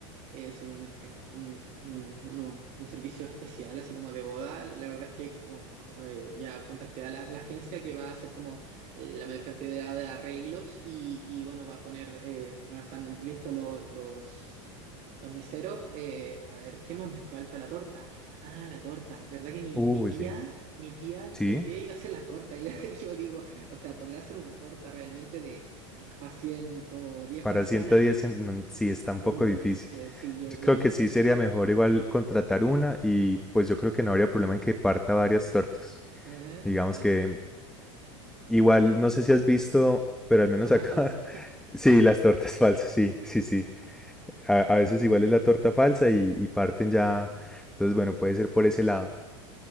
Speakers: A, on the right; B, in the centre.
A: eh, son eh, un, un- uno- un servicio especial, así como de boda. La verdad es que con- con- eh, ya contacté a la, a la agencia que va a hacer como eh, la mayor cantidad de arreglos y, y, bueno, va a poner, eh, bueno, están listos lo- los, los meseros. Eh, a ver, ¿qué más me falta? La torta. Ah, la torta. ¿Verdad que mi,
B: Uy,
A: mi tía
B: sí.
A: mi tía dijo
B: Sí,
A: que iba a hacer la torta. Y yo, <laughs> y yo digo, o sea, ¿podrá hacer una torta realmente de para 110
B: para
A: personas?
B: el ciento diez
A: <laughs>
B: en- no, sí está un
A: No
B: poco difícil.
A: sé, sí, yo
B: Yo
A: voy
B: creo
A: a hablar
B: que sí
A: con
B: sería
A: ella.
B: mejor igual contratar una y pues yo creo que no habría problema en que parta varias tortas.
A: Ajá,
B: Digamos
A: sí.
B: que Igual,
A: Es
B: no sé si has visto, pero al menos
A: torta
B: acá,
A: falsa.
B: <laughs> sí, las tortas falsas, sí, sí, sí. A, a veces igual es la torta falsa y, y parten ya. Entonces, bueno, puede ser por ese lado.